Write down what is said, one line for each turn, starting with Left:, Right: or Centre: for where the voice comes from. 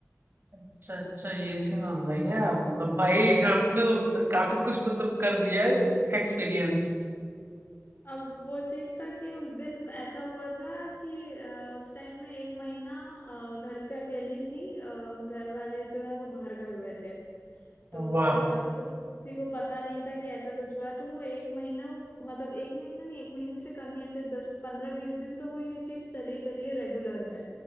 Right: अच्छा अच्छा ये सीन हो रहा है क्या मतलब भाई आपने तो काफी कुछ मतलब कर दिया है एक्सपीरियंस
Left: अब वो चीज था कि उस दिन ऐसा हुआ था कि अ, उस टाइम में एक महीना अ, घर पे अकेली थी अ, घर वाले जो है वो बाहर गए हुए थे तो
Right: वाह
Left: घर वालों को तो किसी को पता नहीं था कि ऐसा कुछ हुआ है तो वो एक महीना वो मतलब एक महीना नहीं एक महीने से कम ही ऐसे दस पंद्रह बीस दिन तो वो ये चीज चली चली है रेगुलर में